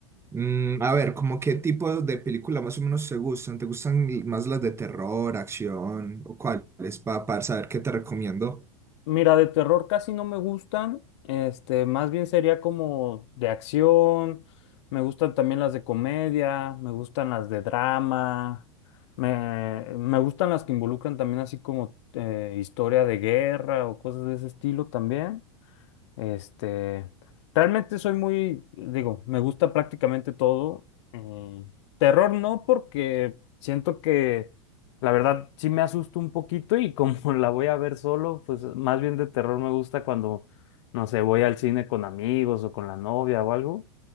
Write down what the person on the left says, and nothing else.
Mira, de terror casi no me gustan. Este, más bien sería como de acción. Me gustan también las de comedia, me gustan las de drama. Me, me gustan las que involucran también así como eh, historia de guerra o cosas de ese estilo también. Este, realmente soy muy, digo, me gusta prácticamente todo. eh, terror no, porque siento que la verdad sí me asusto un poquito y como <laughs> la voy a ver solo, pues más bien de terror me gusta cuando, no sé, voy al cine con amigos o con la novia o algo.